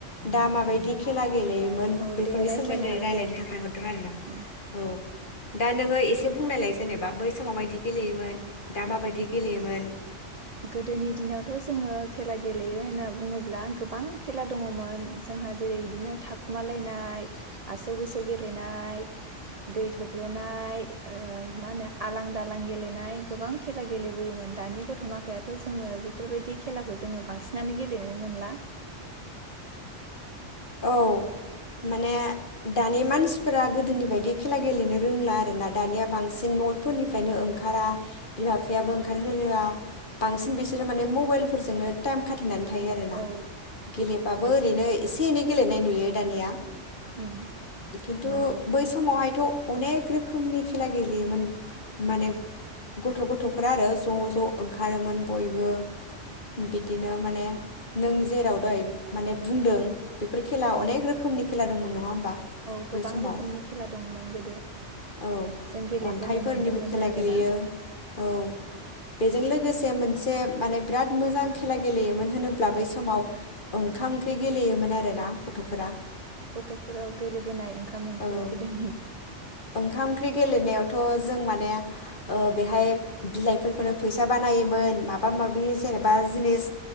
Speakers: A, on the left (about 45°); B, on the right (about 40°).
A: दा माबायदि खेला गेलेयोमोन
B: औ
A: बेफोरनि
B: दे रायज्लायनो
A: सोमोन्दै
B: हागोन
A: रायजलायनो
B: दे
A: थाखाय हरदों आरोना
B: ओं।
A: औ दा नोङो एसे बुंनायलाय जेनेबा बै सम माबायदि गेलेयोमोन दा माबायदि गेलेयोमोन
B: गोदोनि दिनावथ जोङो खेला गेलेयो होनना बुङोब्ला गोबां खेला दङमोन जोंहा जेरै बिदिनो थाखुमालायनाय आसौ बैसो गेलेनाय दै थब्लनाय ओ मा होनो आलां दालां गेलेनाय गोबां खेला गेलेबोयोमोन दानि गथमा याथ जोङो बेफोरबायदि खेलाखौ जोङो बांसिनानो गेलेनो मोनला
A: औ माने दानि मानसिफोरा गोदोनि बायदि खेला गेलेनो रोंला आरोना दानिया बांसिन नफोरनिफ्रायनो ओंखारा बिमा बिफायाबो ओंखारहोआ बांसिन बिसोरो माने मबाइल फोरजोंनो टाइम खाथेनानै थायो आरोना
B: औ
A: गेलेबाबो
B: बिसोर
A: ओरैनो एसे एसे एनै गेलेनाय नुयो दानिया
B: उम
A: खिन्थु
B: नंगौ
A: बै समावहायथ अनेक रोखोमनि खेला गेलेयोमोन माने गथ गथफोरा आरो ज ज ओंखारोमोन बयबो बिदिनो माने नों जेराव दहाय माने बुंदों बेफोर खेला
B: औ
A: अनेक रोखोमनि खेला दंमोन नङा होमबा
B: औ गोबां
A: बै समाव
B: रोखोमनि खेला दंमोन गोदो
A: औ
B: जों गेलेबोनो
A: अन्थाइफोरनिबो
B: मोनदोंमोन
A: खेला
B: आरोना
A: गेलेयो औ बेजों लोगोसे मोनसे माने बिराद मोजां खेला गेलेयोमोन होनोब्ला बै समाव ओंखाम ओंख्रि गेलेयोमोन आरो आरोना गथफोरा
B: गथफोराव गेलेबोनाय ओंखाम ओंख्रि
A: औ
B: गोदनि
A: ओंखाम ओंख्रि गेलेनायावथ जों माने ओ बेहाय बिलाइफोरखौनो फैसा बानायोमोन माबा माबि जेनेबा जिनिस